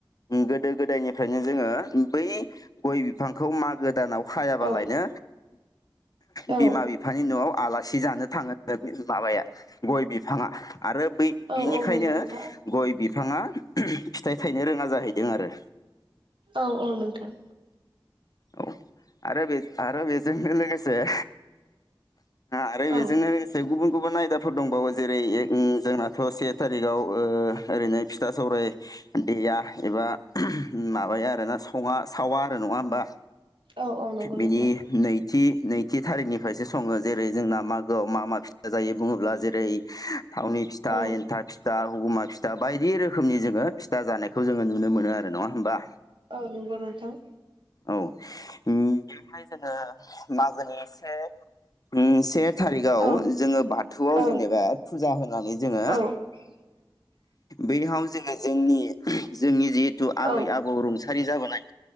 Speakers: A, on the left (about 45°); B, on the right (about 75°).
A: गोदो-गोदायनिफ्रायनो जोङो बै गय बिफांखौ मागो दानाव खायाबालायनो
B: औ औ
A: बिमा-बिफानि न'आव आलासि जानो था ङो माबाया गय बिफाङा आरो बै
B: औ
A: बिनिखायनो
B: औ नंगौ नोंथां
A: गय बिफाङा फिथाइ थायनो रोङा जाहैदों आरो
B: औ-औ नोंथां
A: औ आरो बे आरो बेजोंनो लोगोसे आरो
B: औ
A: बेजोंनो लोगोसे गुबुन-गुबुन आयदा फोर दंबावो जेरै एक जोंनाथ' से थारिखाव ओ ओरैनो फिथा-सौराय देया एबा माबाया आरोना सङा सावा आरो नङा होमबा
B: औ औ नंगौ
A: बिदि
B: नोंथां
A: नै थि नैथि थारिखनिफ्रायसो सङो जेरै जोंना मागोआव मा मा फिथसा जायो बुङोब्ला जेरै थावनि फिथा
B: औ
A: एन्थाब फिथा हगुमा फिथा बायदि रोखोमनि जोङो फिथा जानायखौ जोङो नुनो मोनो आरो नङा होमबा
B: औ नंगौ नोंथां
A: औ बेहाय जोङो मागोनि से उम से थारिखाव
B: औ
A: जोङो बाथौआव
B: औ
A: जेनेबा फुजा होनानै जोङो
B: औ <inaudible>
A: बैयाव जोङो जोंनि जोंनि जिहेथु आबै-आबौ
B: औ
A: रुंसारि जाबोनाय